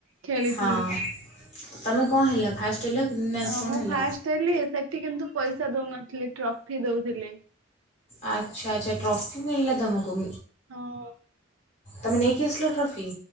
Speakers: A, on the right; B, on the left.
A: ଖେଳିଥିଲି
B: ହଁ- ତମେ କଣ ହେଲ ଫାଷ୍ଟେ ହେଲ କି ନା
A: ଅ-
B: କ'ଣ
A: ମୁଁ
B: ହେଲ
A: ଫାଷ୍ଟେ ହେଲି ସେଠି କିନ୍ତୁ ପଇସା ଦଉନଥିଲେ ଟ୍ରଫି ଦଉଥିଲି।
B: ଆଚ୍ଛା ଆଚ୍ଛା ଟ୍ରଫି ମିିଳିଲା ତମକୁ?
A: ହଁ
B: ତମେ ନେଇକି ଆସିଲ ଟ୍ରଫି?